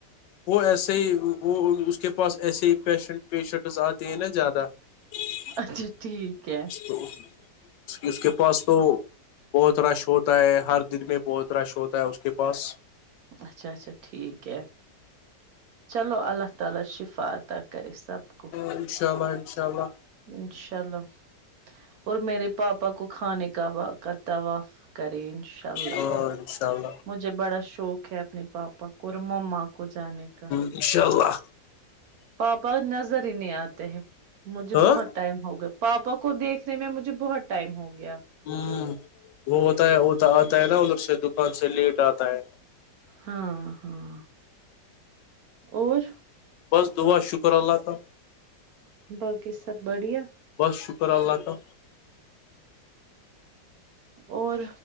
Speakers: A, on the left (about 80°); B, on the right (about 65°).
A: وہ ایسے ہی وہ اس کے پاس ایسے ہی پیشنٹ پیشنٹس آتے ہیں نا زیادہ جی
B: اچھا ٹھیک ہے
A: تو اس اس کے پاس تو بہت رش ہوتا ہے ہر دن میں بہت رش ہوتا ہے اس کے پاس
B: اچھا اچھا ٹھیک ہے چلو اللہ تعالی شفا عطا کرے سب کو
A: انشاء اللہ انشاء اللہ
B: انشاء اللہ اور میرے پاپا کو کھانے کا واک کرتا کری انشاء اللہ
A: ہاں انشاء اللہ
B: مجھے بڑا شوق ہے اپنے پاپا کو اور مما کو جانے کا
A: ان شاء اللہ
B: پاپا نظر ہی نہیں آتے ہیں مجھے
A: ہاں
B: بہت ٹائم ہو گیا پاپا کو دیکھنے میں مجھے بہت ٹائم ہو گیا
A: ہاں وہ ہوتا ہے آتا ہے نا ادھر سے دکان سے لیٹ آتا ہے
B: ہاں ہاں اور
A: بس دعا شکر اللہ کا
B: باقی سب بڑھیا
A: بس شکر اللہ کا
B: اور